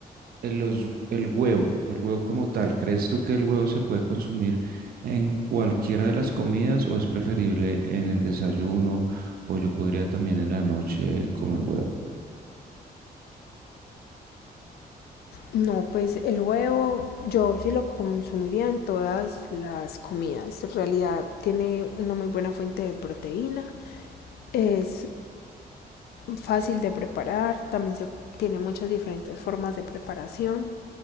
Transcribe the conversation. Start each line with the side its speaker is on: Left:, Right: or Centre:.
Right: el, los- el huevo, el huevo como tal, ¿crees tú que el huevo se puede consumir en cualquiera de las comidas o es preferible en el desayuno o yo podría también en la noche comer huevo?
Left: No, pues el huevo yo sí lo consumiría en todas las comidas. En realidad tiene una muy buena fuente de proteína, es fácil de preparar, también se tiene muchas diferentes formas de preparación.